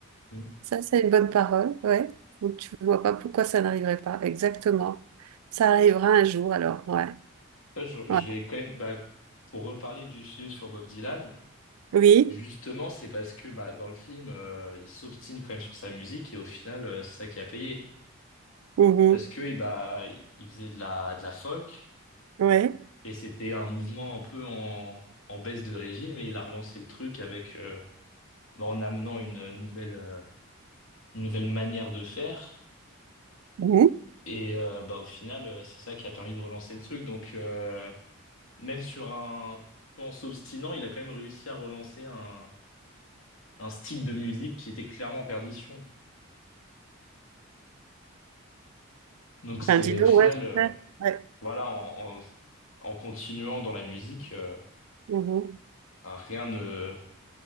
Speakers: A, on the left; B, on the right.
A: Mm.
B: Ça, c'est une bonne parole, ouais. Donc, tu vois pas pourquoi ça n'arriverait pas. Exactement. Ça arrivera un jour, alors, ouais.
A: Ça, Je, je
B: Ouais.
A: vais quand même, bah, pour reparler du film sur Bob Dylan,
B: Oui.
A: Justement, c'est parce que bah, dans le film, euh, il s'obstine quand même sur sa musique et au final, euh, c'est ça qui a payé.
B: Mhm.
A: Parce que eh bah, il faisait de la, de la folk
B: Ouais.
A: et c'était un mouvement un peu en, en baisse de régime et il a relancé le truc avec euh, bah, en amenant une nouvelle, euh, une nouvelle manière de faire.
B: Mhm.
A: Et euh, bah, au final, euh, c'est ça qui a permis de relancer le truc. Donc, euh, même sur un, en s'obstinant, il a quand même réussi à relancer un, un style de musique qui était clairement en perdition. Donc c'est
B: Ben, dis donc,
A: au final
B: ouais. j'espère.
A: euh,
B: Ouais.
A: voilà, en, en, en continuant dans la musique, euh,
B: Mhm.
A: enfin, rien ne,